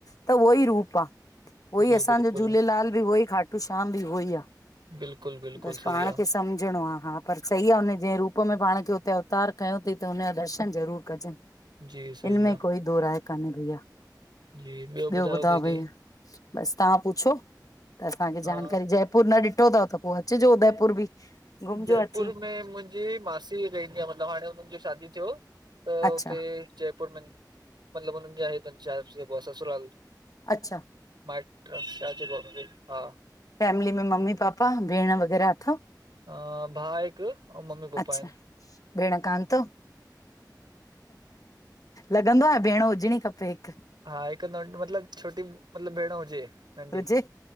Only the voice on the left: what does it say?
त उहो ई रूप आ, उहो ई
असांजो
झूलेलाल बि उहो ई खाट खाटू श्याम बि उहो ई आ
बस
पाण खे स सम्झणो आ हा पर सही आ हुन जे रूप में पाण त उते अवतार कयूं तई त हुनजा दर्शन जरूर कजन,
हिन में
कोई दो राय काने भईया,
ब्यो ॿुधायो
भईया? बस ताहां पुछो, त असांखे
जानकारी जयपुर न ॾिठो तव त पो अचजो उदयपुर बि। घुमजो
अची
अच्छा
अच्छा।
फैमिली में मम्मी पापा, भेण वग़ैरा अथव?
अच्छा
भेण कान तव? लॻंदो आ भेण हुजणी खपे हिक।
हुजे,